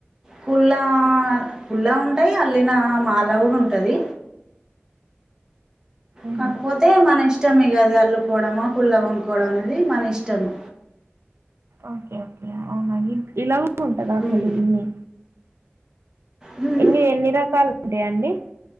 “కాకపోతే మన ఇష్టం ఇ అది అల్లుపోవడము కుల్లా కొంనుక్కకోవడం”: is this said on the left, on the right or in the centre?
Right